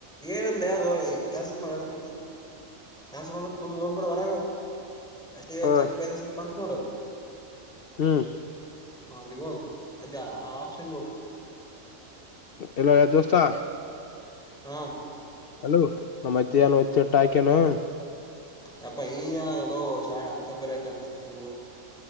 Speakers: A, in the centre; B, on the left.
A: ಏನಿಲ್ಲೆ ಅದು ಕ್ಯಾನ್ಸಲ್ ಮಾಡ್ ಹೇಳ್ತಿನದು ಕ್ಯಾನ್ಸಲ್ ಅಂದ್ರ ಫುಲ್ ಹೋಗ್ಬೇಡ ಹೊರಗೆ ಅಷ್ಟ ಈಗ
B: ಹ
A: ಚೆಕ್ ಬ್ಯಾಲೆನ್ಸ್ ಅಂತ ಬಂತ್ ನೋಡು
B: ಹ್ಮ್
A: ಹ ಅಲ್ಲಿಗೋಗು ಅಲ್ಲಿ ಆ ಆಪ್ಷನ್ ಗೋಗು
B: ಎಲ್ಲೋ ಯಾವ್ದ್ ದೋಸ್ತಾ
A: ಹಾ
B: ಹಲೋ ನಮ್ಮತ್ತ ನ್ ಒತ್ತಟ್ಟ ಹಾಕೆನು <unintelligible>
A: ಯಾಪ್ಪಾ ಈಗ್ ಏನಾಗದು ಶಳೆ ಅಂತ ಬಾರಿ ಯಾಕ್ ಆಂಜತೀದಿ ಹೋಗೋ